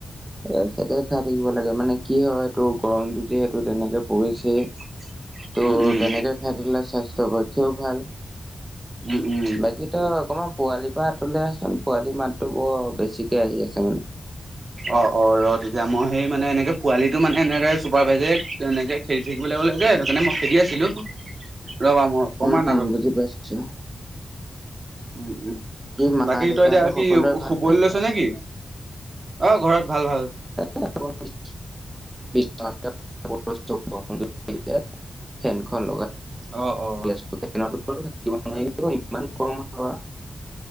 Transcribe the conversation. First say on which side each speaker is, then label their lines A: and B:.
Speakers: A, on the right; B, on the right.
A: এ, সিহঁতে খাই থাকিব লাগে মানে কি হয় তোৰ গৰমটো যিহেতু তেনেকে পৰিছে
B: <inaudible>
A: ত'
B: উম,
A: তেনেকে খাই থাকিলে স্বাস্থ্যৰ পক্ষেও ভাল।
B: উম, উম।
A: বাকী তই অকণমান পোৱালিৰপৰা আঁতৰলে আহচোন, পোৱালিৰ মাতটো বৰ বেছিকে আহি আছে মানে।
B: অ', অ' ৰ' তেতিয়া মই সেই মানে এনেকে পোৱালিটো মানে এনেকে চুপাৰ ভাইজে এনেকে খে থিকিবলৈ বোলে যে সেইটো কাৰণে মই খেদি আছিলোঁ, ৰবা মই অকণমাণ
A: উম, বুজি পাইছোঁ।
B: উম, উম,
A: মা
B: বাকী
A: দেউতাহঁতৰ
B: তই এতিয়া আৰু
A: সকলোৰে
B: কি
A: ভালনে?
B: শুবলৈ লৈছ নে কি? অ', ঘৰত ভাল ভাল।
A: <inaudible> <unintelligible> ফেনখন লগাই
B: অ', অ'।
A: <unintelligible> ইমান কম হাৱা।